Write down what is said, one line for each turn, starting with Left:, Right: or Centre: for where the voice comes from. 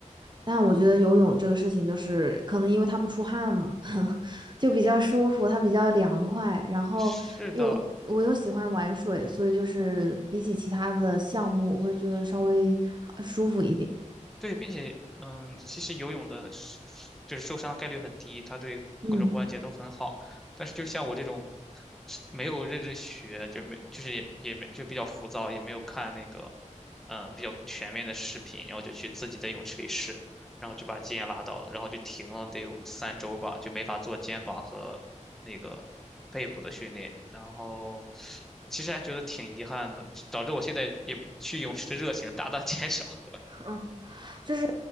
Right: 但我觉得游泳这个事情，就是可能因为它不出汗嘛。<laughs> 就比较舒服，它比较凉快，然后又我又喜欢玩水，
Centre: 是的，
Right: 所以就是比起其他的项目，我会觉得稍微好舒服一点。
Centre: 对，并且，嗯，其实游泳的是，就是受伤概率很低，它对各种关节都很好。
Right: 嗯
Centre: 但是，就像我这种是没有认真学，就没，就是也也没，就比较浮躁，也没有看那个，嗯，比较全面的视频，然后就去自己在泳池里试，然后就把肩也拉到了，然后就停了得有三周吧，就没法做肩膀和那个背部的训练。然后，其实还觉得挺遗憾的，导致我现在也去泳池的热情大大减少。
Right: 嗯，就是